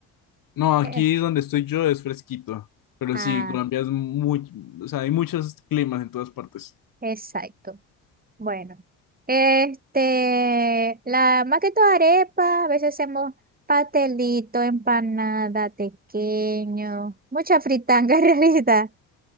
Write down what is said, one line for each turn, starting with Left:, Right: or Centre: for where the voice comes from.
Left: No, aquí
Right: Eh,
Left: donde estoy yo es fresquito, pero
Right: ah,
Left: sí, Colombia es muy, o sea, hay muchos climas en todas partes.
Right: exacto. Bueno, este, la más que todo arepa, a veces hacemos pastelito, empanada, tequeño, mucha fritanga en <laughs> realidad.